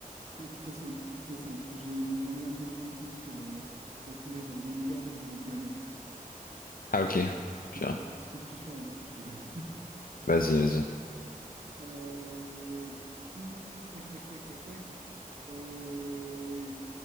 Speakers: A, on the right (about 50°); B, on the left (about 75°).
A: Plus- Plutôt simple, plutôt simple. J'ai une en meilleure mnémotechnique euh, pour retenir euh, même l'ordre des planètes.
B: Ah ok.
A: Je t'explique,
B: Tiens,
A: je t'expliquerai un jour si tu veux.
B: vas-y, vas-y.
A: Euh, du coup, tac, tac, tac, tac, tac. Euh,